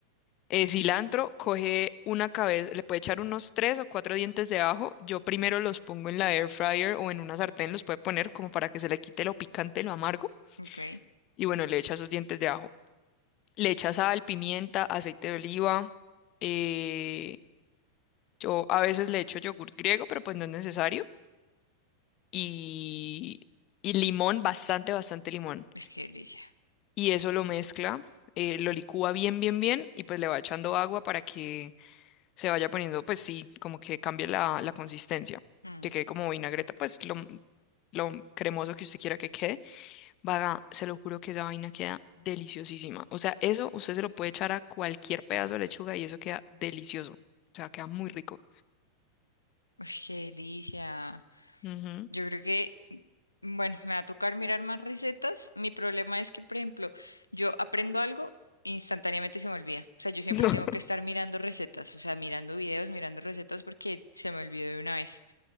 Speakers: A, on the left; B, on the left.
A: Eh, cilantro, coge una cabeza, le puede echar unos tres o cuatro dientes de ajo. Yo primero los pongo en la air fryer o en una sartén, los puede poner como para que se le quite lo picante, lo amargo.
B: Ok. Uy,
A: Y bueno, le echa esos dientes de ajo. Le echa sal, pimienta, aceite de oliva. eh, yo a veces le echo yogur griego, pero pues no es necesario. Y, y limón, bastante, bastante limón.
B: qué delicia.
A: y eso lo mezcla, eh, lo licúa bien, bien, bien y pues le va echando agua para que se vaya poniendo, pues sí, como que cambie la, la consistencia,
B: Mm.
A: que quede como vinagreta, pues lo, lo cremoso que usted quiera que quede, vaga, se lo juro que esa vaina queda deliciosísima. O sea, eso usted se lo puede echar a cualquier pedazo de lechuga y eso queda delicioso, o sea, queda muy rico.
B: Uy, qué delicia.
A: Ujú.
B: Yo creo que, bueno, me va a tocar mirar más recetas. Mi problema es que, por ejemplo, yo aprendo algo, instantáneamente se me olvida. O sea, yo siempre
A: <laughs>
B: tengo que estar mirando recetas, o sea, mirando videos, mirando recetas porque se me olvidó de una vez.